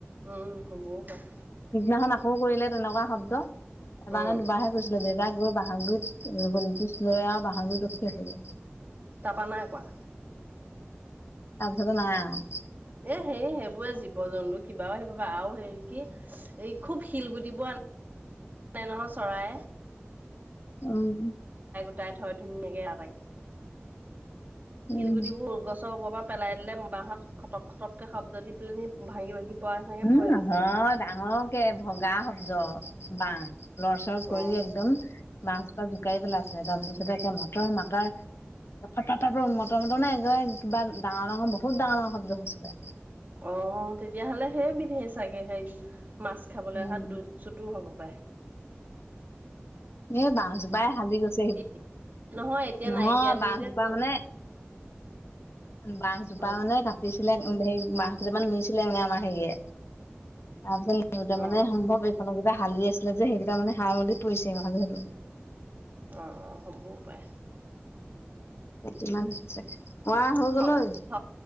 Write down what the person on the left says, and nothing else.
পিছদিনাখন আকৌ কৰিলে তেনেকুৱা শব্দ। এবাৰ
নে দুবাৰহে কৰিছিলে। ডেৰ যা গৈ বাঁহৰ গুৰিত এ অকণ পিছ লৈ আৰু বাঁহৰ গুৰিত ৰখি আছিলে।
তাৰ পিছতে নাই আও।
উম।
উম
উম
নহয়,
ডাঙৰকে ভগা শব্দ বাঁহ। লৰচৰ কৰি
একদম, বাঁহ। ত জোকাৰি পেলাইছে তাৰপিছত একে মটৰ মটাৰ, ফ ফৰ ফৰ মটৰ মটৰ নে একাৰে কিবা ডাঙৰ ডাঙৰ বহুত ডাঙৰ ডাঙৰ শব্দ হৈছিলে।
উম
এই বাঁহজোপাই হালি গৈছে সি।
নহয়
বাঁহজোপা
মানে, বাঁহজোপা
মানে কাটিছিলে হেৰি বাঁহ। <unintelligible> নিছিলে মানে আমাৰ সেইয়ে তাৰপিছত। সিহঁতৰ মানে
সম্ভৱে সেইফালে কিবা হালি আছিলে যে সেইকেইটা মানে হাউলি পৰিছে সেই হ'ব দিয়াক।
কিমান হৈছে? মই হৈ
গ'ল ঐ